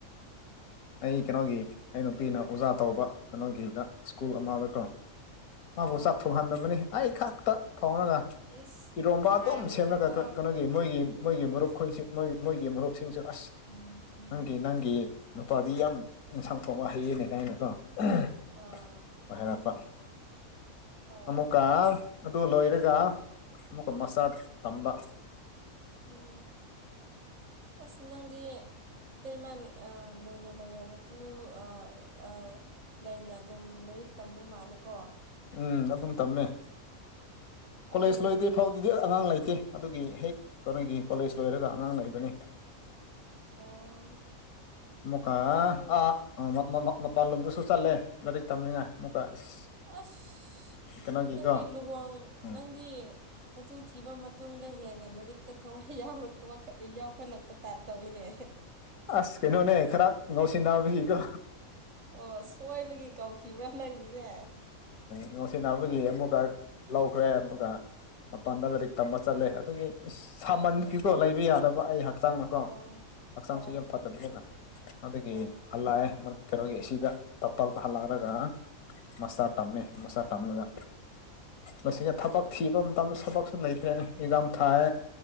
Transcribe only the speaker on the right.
ꯑꯣ
ꯏꯁ
ꯅꯨꯡꯉꯥꯏꯔꯝꯒꯅꯤꯀꯣ
ꯑꯣꯝ ꯎꯝ
ꯑꯥ
ꯑꯣ
ꯑꯁ
ꯎꯝ
ꯎꯝ ꯑꯁ ꯅꯪꯗꯤ ꯏꯇꯩꯃꯥ ꯂꯩꯅ ꯂꯩꯅ ꯅꯇꯨ ꯑ ꯑ ꯂꯩꯅ ꯑꯗꯨꯝ ꯂꯥꯏꯔꯤꯛ ꯇꯝꯕ ꯃꯥꯜꯂꯦꯀꯣ
ꯑꯗꯣ
ꯑꯣ꯫
ꯑꯗꯨꯁꯨ
ꯑꯁ
ꯅꯪꯗꯤ ꯂꯨꯍꯣꯡ
ꯅꯪꯗꯤ ꯅꯇꯨ ꯊꯤꯕ ꯃꯇꯨꯡꯗ ꯍꯦꯟꯅ ꯂꯥꯏꯔꯤꯛꯇ ꯊꯋꯥꯏ ꯌꯥ ꯌꯥꯎꯈꯠꯂꯛꯄ ꯇꯥꯏꯞ ꯇꯧꯋꯦꯅꯦ
ꯑꯣ ꯁꯣꯏꯕꯒꯤ ꯀꯧꯈꯤꯕ꯭ꯔꯥ ꯅꯪꯒꯤꯁꯦ
ꯑꯣ
ꯑꯣ
ꯑꯣ
ꯑꯣ